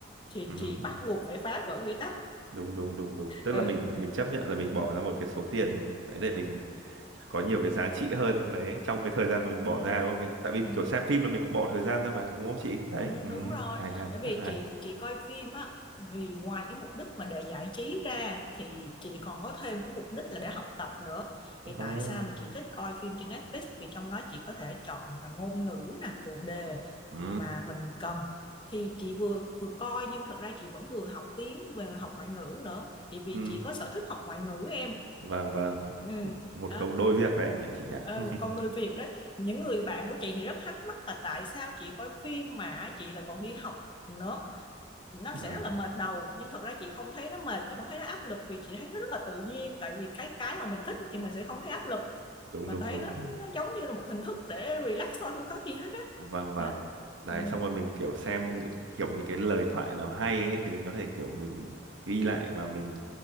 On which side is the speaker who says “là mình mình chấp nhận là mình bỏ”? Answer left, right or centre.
Right